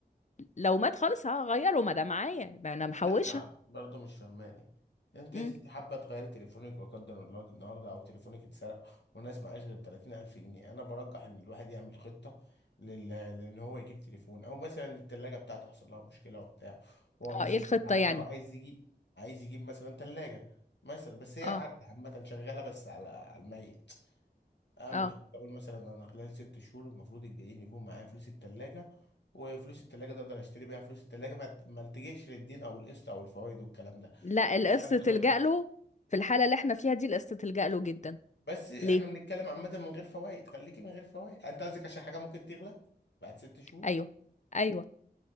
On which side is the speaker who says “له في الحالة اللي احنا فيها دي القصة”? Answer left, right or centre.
Left